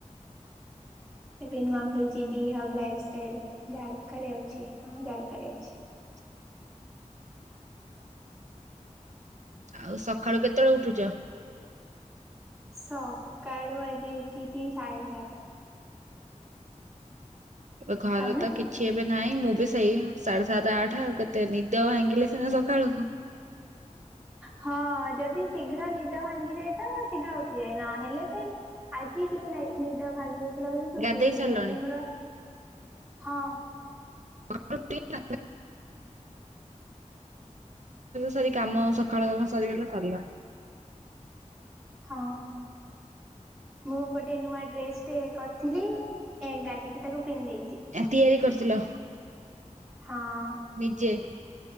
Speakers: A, in the centre; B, on the right.
A: ଏବେ ନୂଆ ଖୋଲଛି ଡି ହବ ଲାଇପ ଷ୍ଟାଇଲ ଜାରକାରେ ଅଛି ହଁ ଜାରକାରେ ଅଛି।
B: <inaudible> ଆଉ ସକାଳୁ କେତେବେଳେ ଉଠୁଛ?
A: ସକାଳୁ ଆଜି ଉଠିଛି ସାଢେ ସାତ।
B: ଓ ଘରେ
A: ତମେ?
B: ତ କିଛି ଏବେ ନାହିଁ ମୁଁ ବି ସେଇ ସାଢେ ସାତ ଆଠ ଆଉ କେ ତେ ନିଦ ଭାଙ୍ଗିଲେ ସିନା ସକାଳୁ
A: ହଁ ଯଦି ଶୀଘ୍ର ନିଦ ଭାଙ୍ଗିଯାଏ ତ ଶୀଘ୍ର ଉଠିଯାଏ ନ ହେଲେ ଫେର ଆଜି ଟିକେ ନାଇଁ ନିଦ ଭାଗି ଯାଇଥିଲା ବୋଲିିକ
B: ଗାଧେଇ
A: ଉଠିଗଲି
B: ସାରିଲଣି?
A: ନହେଲେ ମୋର ହଁ।
B: <unintelligible> <unintelligible> ସରି କାମ ସକାଳ କାମ ସରିଗଲେ ସରଲା
A: ହଁ ମୁଁ ଗୋଟେ ନୂଆ ଡ୍ରେସ ଟ କରିଥିଲି ଏ ଗାଧଇକି ତାକୁ ପିନ୍ଧ ଦେଇେଛି।
B: ଏ ତିଆରି କରିଥିଲ?
A: ହଁ।
B: ନିଜେ?